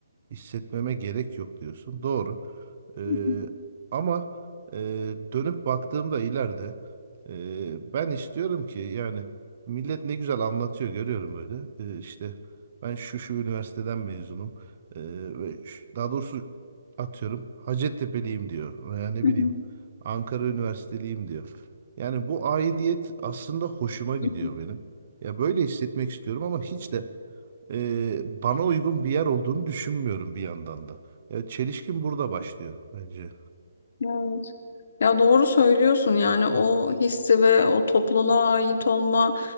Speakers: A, on the right; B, on the left.
A: hissetmeme gerek yok diyorsun. Doğru. Ee,
B: hı hı,
A: ama e, dönüp baktığımda ileride e, ben istiyorum ki yani millet ne güzel anlatıyor görüyorum böyle. Ee, işte ben şu şu üniversiteden mezunum. Ee, ve ş- daha doğrusu atıyorum Hacettepe'liyim diyor veya ne
B: hı
A: bileyim
B: hı,
A: Ankara Üniversiteliyim diyor. Yani bu aidiyet aslında hoşuma gidiyor
B: hı hı.
A: benim. Ya böyle hissetmek istiyorum ama hiç de e, bana uygun bir yer olduğunu düşünmüyorum bir yandan da. Ya çelişkin burada başlıyor bence.
B: Evet. Ya doğru söylüyorsun yani o hissi ve o topluluğa ait olma